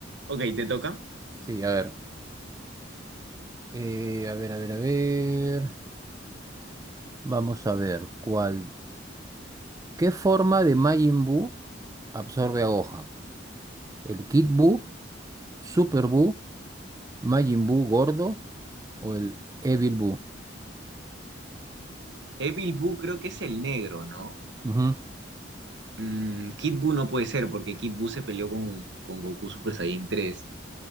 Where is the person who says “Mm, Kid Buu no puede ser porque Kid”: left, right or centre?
Right